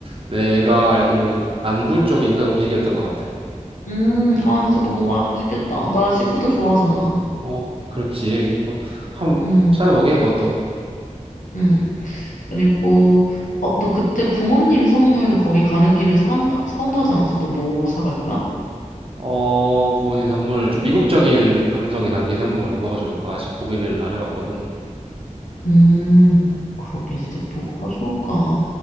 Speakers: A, on the right; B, on the left.
A: 내가 알기로는 남부 쪽인가 음식이었던 것 같아.
B: 음, 아, 진짜 너무 맛있겠다. 나 시푸드
A: 음,
B: 좋아하잖아.
A: 어, 그렇지. 그것 한번
B: 음,
A: 찾아보게, 그것도.
B: 음. 그리고, 어, 너 그때 부모님 선물 거기 가는 김에 사간다, 사온다 하지 않았어? 너 뭐 사갈 거야?
A: 어, 부모님 선물. 좀 미국적인 감성이 담긴 선물이 뭐가 좋을까? 아직 고민을 안 해봤거든.
B: 음, 그러게, 진짜 뭐가 좋을까?